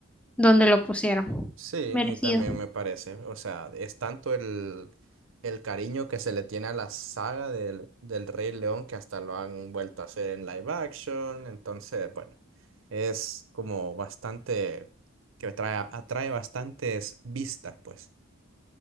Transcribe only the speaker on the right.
Sí,
a mí también me parece. O sea, es tanto el, el cariño que se le tiene a la saga del, del Rey León que hasta lo han vuelto a hacer en live action. Entonces, bueno, es como bastante, que atrae, atrae bastantes vistas, pues.